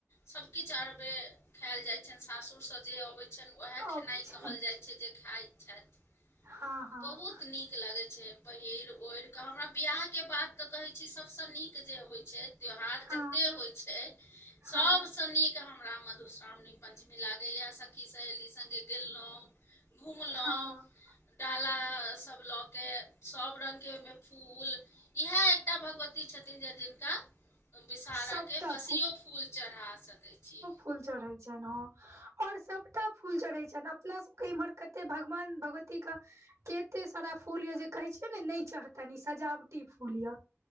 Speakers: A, on the left; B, on the right.
A: सब किछ अरबे खैऽल जाइ छैन, सासुर सँ जे अबै छैन ओहैऽ खेनाइ
B: अबै छनि
A: कहल जाइ छै जे खाइ छाइथ।
B: हँ। हँ
A: बहुत नीक लगै छै। पहिर ओइड़्ह कऽ, हमरा बियाह के बात तऽ कहै छी सब स नीक जे होइ छै त्योहार
B: हँ
A: जते होइ छै,
B: हँ
A: सब स नीक हमरा मध् धुश्रामणी पंचमी लागै यैऽ, सखी सहेली संगे गेलौं, घुमलो
B: हँ।
A: डाला सब लऽ के, सब रंग के ओई में फूल इहै एकटा भगवती छथिन जे जिनका विषहारा
B: सबटा
A: के बसियो फूल चढ़ा सकै छी।
B: फुल चरहै छैन, हॉं। और सभटा फूल चरहै छैन, अपना सबके इम्हर कते भगमान भगवती क केते सारा फूल यैऽ जे कहै छी जे नैय चरहैन ई सजाबती फूल यैऽ,